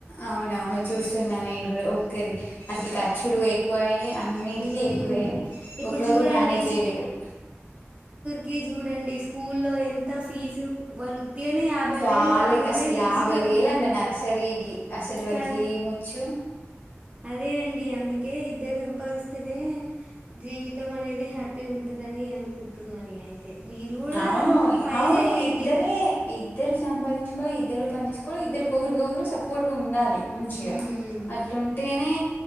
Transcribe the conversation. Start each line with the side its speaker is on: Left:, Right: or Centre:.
Left: అవునవును చూస్తున్నా నేను ఒక్కరి అసలు ఖర్చు లు ఎక్కువయి అన్నిటికీ
Right: మ్మ్.
Left: ఎక్కువే
Right: ఇప్పుడు
Left: ఒకరు
Right: చూడండి
Left: మానేజ్ చేయలేరు.
Right: కే చూడండి స్కూల్లో ఎంత ఫీజు వాళ్ళు ఉత్తిగానే యాభై
Left: చాల్
Right: వేలు అరవై
Left: అసలు
Right: వేలు
Left: యాభై
Right: ఈజీగా అడుగుతున్నారు
Left: వేలు అంట నర్సరీకి అసలు వాళ్ళకి
Right: కా
Left: ఏమోచ్చు
Right: అదే అండి అందుకే ఇద్దరు సంపాదిస్ అయితే నే జీవితం అనేది హ్యాపీగా ఉంటుందని అనుకుంటున్నా నేనయితే మీరు కూడా
Left: అవును
Right: ట్రై
Left: అవును
Right: చేయండి.
Left: ఇద్దరే ఇద్దరు సంపాదించుకోవాలి ఇద్దరు పని చేసుకోవాలి ఇద్దరు ఒకరికి ఒకరు సపోర్ట్గా ఉండాలి. మంచిగా
Right: ఉమ్,
Left: అట్లుంటేనే